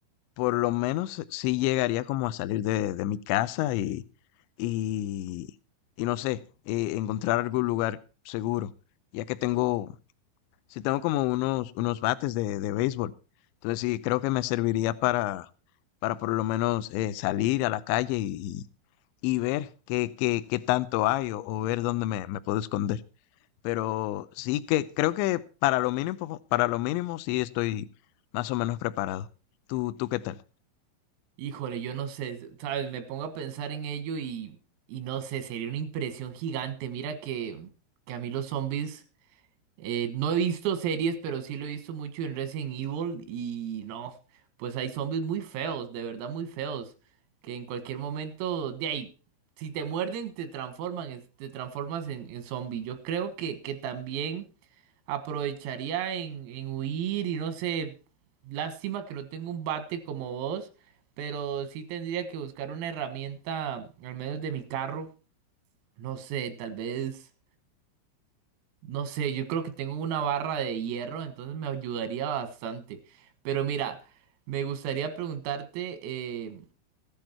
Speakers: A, on the left (about 80°); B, on the right (about 85°).
A: por lo menos sí llegaría como a salir de, de mi casa y, y, y no sé, eh, encontrar algún lugar seguro, ya que tengo, sí tengo como unos, unos bates de, de béisbol. Entonces sí, creo que me serviría para, para por lo menos eh, salir a la calle y, y ver qué, qué, qué tanto hay o, o ver dónde me, me puedo esconder. Pero sí que creo que para lo mínimo, para lo mínimo sí estoy más o menos preparado. ¿Tú, tú qué tal?
B: Híjole, yo no sé, s- sabes, me pongo a pensar en ello y, y no sé, sería una impresión gigante. Mira que, que a mí los zombies... Eh, no he visto series, pero sí lo he visto mucho en Resident Evil y no, pues hay zombies muy feos, de verdad muy feos, que en cualquier momento de ahí, si te muerden, te transforman, es- te transformas en, en zombie. Yo creo que, que también aprovecharía en, en huir y no sé, lástima que no tengo un bate como vos, pero sí tendría que buscar una herramienta, al menos de mi carro, no sé, tal vez... No sé, yo creo que tengo una barra de hierro, entonces me ayudaría bastante. Pero mira, me gustaría preguntarte, eh,